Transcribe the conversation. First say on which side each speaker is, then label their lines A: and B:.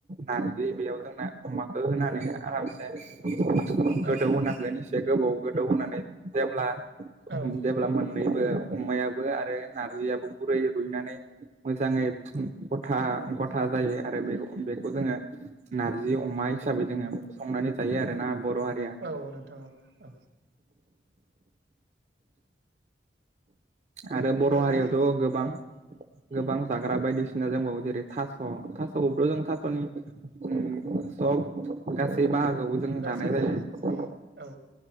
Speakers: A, on the right; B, on the right.
A: नारजि बेयाव जोंना अमाखौ होनानै आरामसे गोदौ
B: औ
A: होनांगोन एसे गोबाव गोदौ होनानै जेब्ला
B: औ औ
A: जेब्ला मोननै अमायाबो आरो नारजियाबो गुरै रुइनानै मोजाङै गथा गथा जायो आरो बे बेखौ जोङो नारजि अमा हिसाबै जोङो संनानै जायो आरो ना बर' हारिया
B: औ नोंथां औ औ
A: आरो बर'
B: दा
A: हारियावथ' गोबां
B: औ
A: गोबां जाग्रा
B: उम
A: बायदिसिना दोंबावो। जेरै थास' थासखौबो जों थास'नि उम सब गासै बा खौबो जों
B: गासै
A: जानाय जायो
B: बाहागोखौनो
A: फम
B: औ